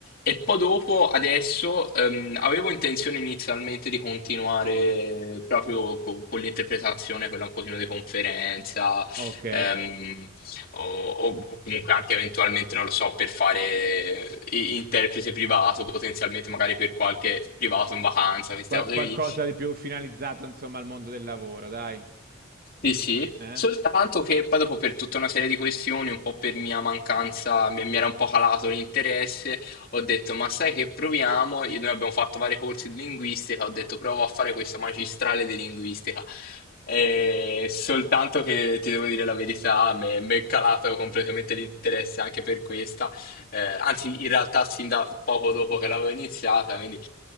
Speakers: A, on the left; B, on the right.
A: E poi dopo, adesso, ehm, avevo intenzione inizialmente di continuare proprio co- con, l'interpretazione, quella un pochino di conferenza,
B: ok.
A: ehm, o, o- o comunque anche eventualmente, non lo so, per fare i- interprete privato, potenzialmente magari per qualche privato in vacanza, queste
B: Qual-
A: cose
B: qualcosa
A: lì.
B: di più finalizzato, insomma, al mondo del lavoro, dai.
A: Sì, sì,
B: Eh?
A: soltanto che poi dopo per tutta una serie di questioni, un po' per mia mancanza, mi mi era un po' calato l'interesse, ho detto, ma sai che proviamo? Io- Noi abbiamo fatto vari corsi di linguistica, ho detto provo a fare questa magistrale di linguistica. E soltanto che ti devo dire la verità, mi mi è calato completamente l'interesse anche per questa, Eh, anzi in realtà sin da poco dopo che l'avevo iniziata, quindi